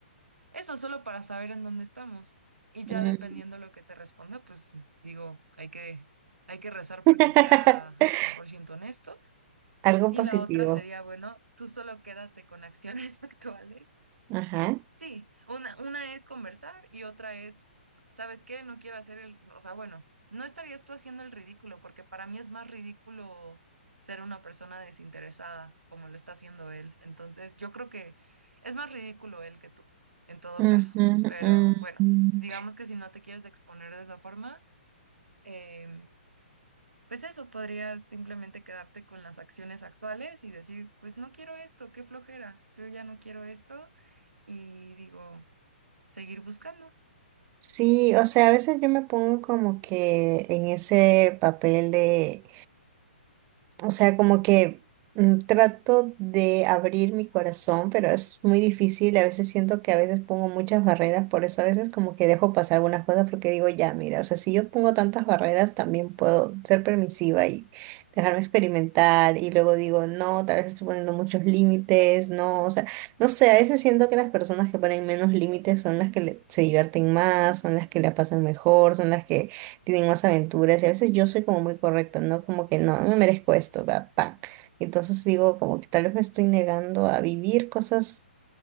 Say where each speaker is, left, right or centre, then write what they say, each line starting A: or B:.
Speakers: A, on the right; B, on the right.
A: eso solo para saber en dónde estamos. Y ya
B: mm.
A: dependiendo lo que te responda, pues digo, hay que, hay que rezar
B: <laughs>
A: porque sea 100% honesto.
B: Algo
A: Y
B: positivo.
A: la otra sería, bueno, tú solo quédate con acciones <laughs> actuales
B: Ajá.
A: Sí, una, una es conversar y otra es, ¿sabes qué? No quiero hacer el, o sea, bueno, no estarías tú haciendo el ridículo, porque para mí es más ridículo ser una persona desinteresada como lo está haciendo él. Entonces, yo creo que es más ridículo él que tú, en todo
B: Ujú,
A: caso. Pero
B: mm.
A: bueno, digamos que si no te quieres exponer de esa forma, em, pues eso, podrías simplemente quedarte con las acciones actuales y decir, pues no quiero esto, qué flojera, yo ya no quiero esto y digo, seguir buscando.
B: Sí, o sea, a veces yo me pongo como que en ese papel de O sea, como que mm, trato de abrir mi corazón, pero es muy difícil. A veces siento que a veces pongo muchas barreras, por eso a veces como que dejo pasar algunas cosas porque digo, ya, mira, o sea, si yo pongo tantas barreras, también puedo ser permisiva y dejarme experimentar. Y luego digo, no, tal vez estoy poniendo muchos límites, no, o sea, no sé, a veces siento que las personas que ponen menos límites son las que le- se divierten más, son las que la pasan mejor, son las que tienen más aventuras y a veces yo soy como muy correcta, ¿no? Como que no, no me merezco esto, va, pa. Entonces digo, como que tal vez me estoy negando a vivir cosas